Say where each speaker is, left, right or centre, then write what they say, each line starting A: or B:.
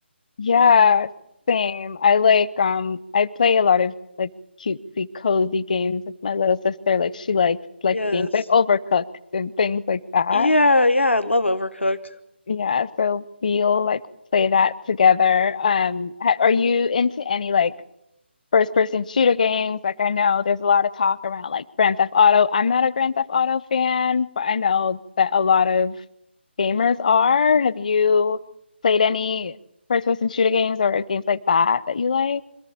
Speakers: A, on the left (about 40°); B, on the left (about 80°).
A: Yeah, same. I like um I play a lot of like cutesy cozy games with my little sister. Like she likes like
B: Yes.
A: games like Overcooked and things like that.
B: Yeah, yeah, I love Overcooked.
A: Yeah, so we'll like play that together. Um, ha are you into any like first person shooter games? Like I know there's a lot of talk around like Grand Theft Auto. I'm not a Grand Theft Auto fan, but I know that a lot of gamers are. Have you played any first person shooter games or games like that that you like?